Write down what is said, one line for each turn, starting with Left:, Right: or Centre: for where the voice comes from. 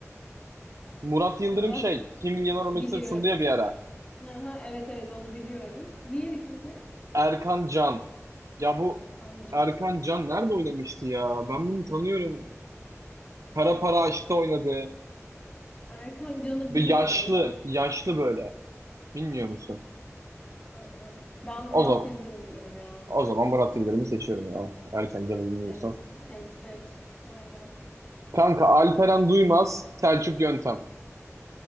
Right: Murat Yıldırım
Left: Murat
Right: şey, Kim Milyoner
Left: biliyorum.
Right: Olmak İster sundu ya bir ara.
Left: Hı hı, evet evet onu biliyorum. Diğeri kimdi?
Right: Erkan Can. Ya bu
Left: Erkan Can.
Right: Erkan Can nerede oynamıştı ya? Ben bunu tanıyorum. Kara Para Aşk'ta oynadı.
Left: Erkan Can'ı
Right: Bir
Left: bilmiyorum.
Right: yaşlı,
Left: O...
Right: yaşlı böyle. Bilmiyor musun?
Left: Aa, ben Murat
Right: O zaman,
Left: Yıldırım diyorum ya.
Right: o zaman Murat Yıldırım'ı seçiyorum ya. Erkan Can'ı bilmiyorsam.
Left: Seç seç seç. Aynen.
Right: Kanka Alperen Duymaz, Selçuk Yöntem.